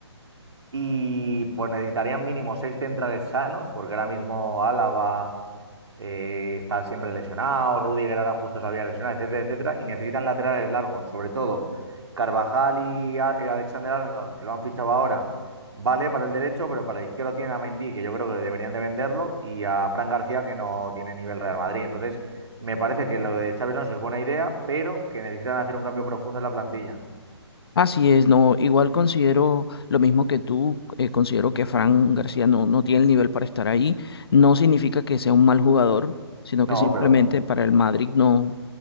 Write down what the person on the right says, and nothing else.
Y pues necesitarían mínimo seis centrales sanos, porque ahora mismo Álava eh, está siempre lesionado, Rudiger ahora justo se había lesionado, etcétera, etcétera. Y necesitan laterales largos, sobre todo Carvajal y A- eh, Alexander Arnold, que lo han fichado ahora, vale para el derecho, pero para el izquierdo tienen a Mendy, que yo creo que deberían de venderlo, y a Fran García, que no tiene nivel Real Madrid. Entonces, me parece que lo de Xabi Alonso es buena idea, pero que necesitan hacer un cambio profundo en la plantilla.
No,
pero